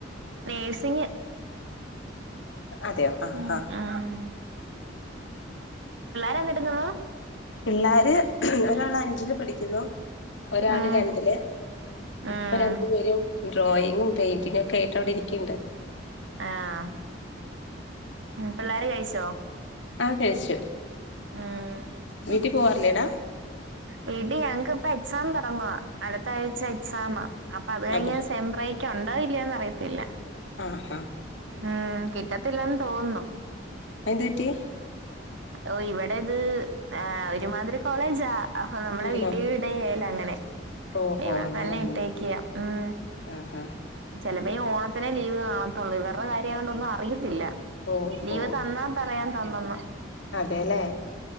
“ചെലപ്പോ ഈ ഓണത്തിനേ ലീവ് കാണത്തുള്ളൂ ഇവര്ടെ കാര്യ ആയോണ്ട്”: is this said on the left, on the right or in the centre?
Right